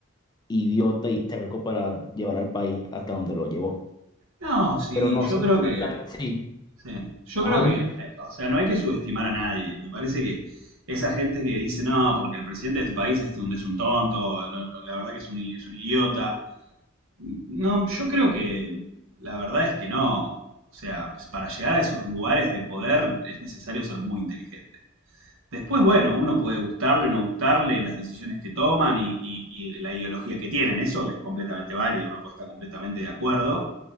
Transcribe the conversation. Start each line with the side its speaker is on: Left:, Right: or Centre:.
Left: idiota y terco para llevar al país hasta donde lo llevó.
Right: No, sí,
Left: Pero no
Right: yo
Left: sé
Right: creo
Left: exactamente,
Right: que
Left: sí,
Right: Sí. Yo
Left: ajá,
Right: creo
Left: dime,
Right: que, eh, o sea, no hay que subestimar a nadie. Me parece que esa gente que dice, no, porque el presidente de este país es un, es un tonto, no, no, la verdad que es un, i- es un idiota. No, yo creo que la verdad es que no. O sea, pues, para llegar a esos lugares de poder es necesario ser muy inteligente. Después, bueno, uno puede gustarle o no gustarle las decisiones que toman y, y y la ideología que tienen. Eso es completamente válido, uno puede estar completamente de acuerdo.